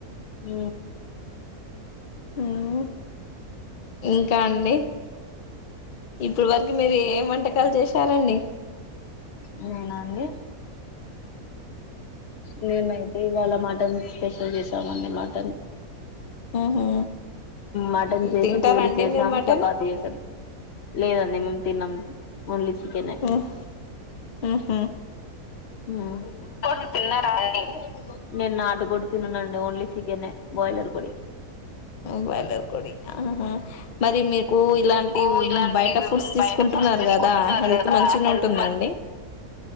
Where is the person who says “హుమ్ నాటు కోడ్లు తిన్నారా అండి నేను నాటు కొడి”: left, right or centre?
Left